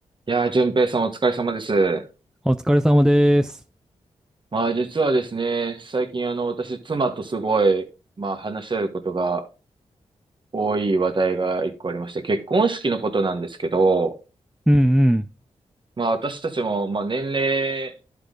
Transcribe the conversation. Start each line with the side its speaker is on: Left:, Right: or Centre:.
Right: いやー、淳平さんお疲れ様です。
Centre: お疲れ様です。
Right: まあ実はですね、最近あの私妻とすごい、まあ話し合うことが多い話題が一個ありまして、結婚式のことなんですけど、
Centre: うん
Right: まあ私たちも、まあ年齢